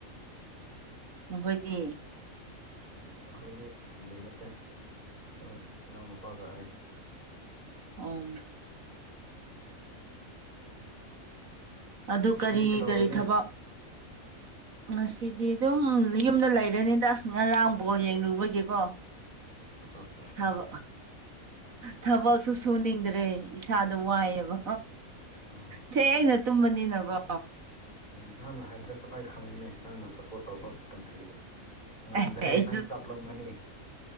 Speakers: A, on the right; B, on the left.
A: ꯅꯈꯣꯏꯗꯤ
B: ꯎꯝ ꯑꯩꯈꯣꯏꯗꯤ ꯏꯊꯟꯗꯤ ꯅꯠꯇꯦ ꯑꯩꯈꯣꯏ ꯏꯅꯥꯎꯅꯨꯄꯥꯒ ꯑꯩ
A: ꯑ ꯑꯗꯨ
B: ꯉꯁꯤꯗꯤ
A: ꯀꯔꯤ
B: ꯀꯩꯗꯧꯔꯅꯤ
A: ꯀꯔꯤ ꯊꯕꯛ ꯉꯁꯤꯗꯤ ꯑꯗꯨꯝ ꯌꯨꯝꯗ ꯂꯩꯔꯅꯤꯗ ꯑꯁ ꯉꯔꯥꯡꯐꯥꯎ ꯌꯦꯡꯂꯡꯨꯕꯒꯤꯀꯣ
B: ꯑꯠꯆꯥ ꯑꯠꯆꯥ
A: ꯊꯕ
B: ꯎꯝ
A: ꯊꯕꯁꯨ
B: ꯎꯝ
A: ꯁꯨꯅꯤꯗ꯭ꯔ ꯦ ꯏꯁꯥꯗꯣ ꯋꯥꯏꯑꯦꯕ
B: ꯎꯝ
A: ꯁꯦ ꯑꯩꯅ ꯇꯨꯝꯕꯅꯤꯅꯀꯣ
B: ꯎ ꯅꯪꯅ ꯍꯥꯏꯗ꯭ꯔꯁꯨ ꯑꯩ ꯈꯪꯉꯤꯅꯦ ꯅꯪꯅ ꯁꯞꯄꯣꯔꯠ ꯇꯧꯕ ꯀꯟꯇ꯭ꯔꯤꯗ ꯉꯝꯗ꯭ꯔꯦ
A: ꯑꯦ ꯑꯩ
B: ꯅꯪ ꯀꯥꯞꯂꯝꯒꯅꯤ